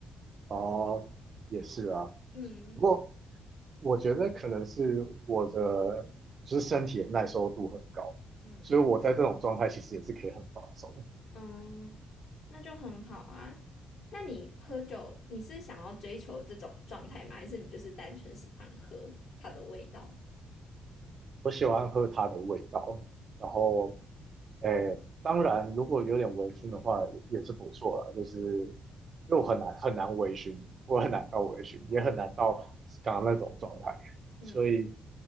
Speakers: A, on the right; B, on the left.
A: 哦，也是啊，
B: 嗯
A: 不过。我觉得可能是我的就是身体的耐受度很高，
B: 嗯，
A: 所以我在这种状态其实也是可以很放松
B: 嗯，那就很好啊。那你喝酒，你是想要追求这种状态吗？还是你就是单纯喜欢喝它的味道？
A: 我喜欢喝它的味道，然后诶，当然如果有点微醺的话也也是不错啦，就是因为我很难很难微醺，我很难到微醺，也很难到刚刚那种状态，
B: 嗯
A: 所以